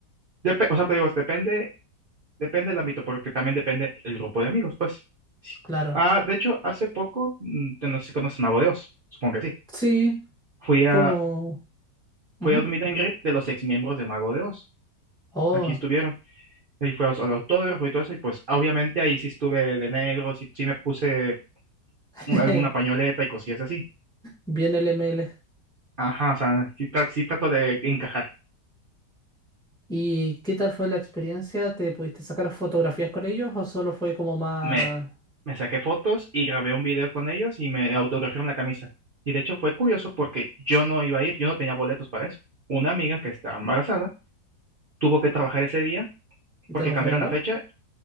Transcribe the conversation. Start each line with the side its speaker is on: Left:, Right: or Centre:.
Right: Dep- o sea, te digo, depende Depende del ámbito, porque también depende el grupo de amigos, pues.
Centre: Claro.
Right: Ah, de hecho, hace poco, mm, yo no sé si conoces Mago de Oz, supongo que sí.
Centre: Sí,
Right: Fui a,
Centre: como... ujú.
Right: fui a un meet and greet de los ex miembros de Mago de Oz.
Centre: Oh,
Right: Aquí estuvieron. Ahí fui a- al autógrafo y todo eso, y pues obviamente ahí sí estuve de negro, sí, sí me puse
Centre: <laughs>
Right: un- alguna pañoleta y cosillas así.
Centre: bien LML.
Right: Ajá, o sea, sí, tra- sí trato de encajar.
Centre: ¿Y qué tal fue la experiencia? ¿Te pudiste sacar fotografías con ellos o solo fue como más...
Right: me, me saqué fotos y grabé un video con ellos y me autografiaron la camisa. Y de hecho fue curioso porque yo no iba a ir, yo no tenía boletos para eso. Una amiga que estaba embarazada tuvo que trabajar ese día
Centre: y
Right: porque
Centre: te los
Right: cambiaron
Centre: regaló?
Right: la fecha.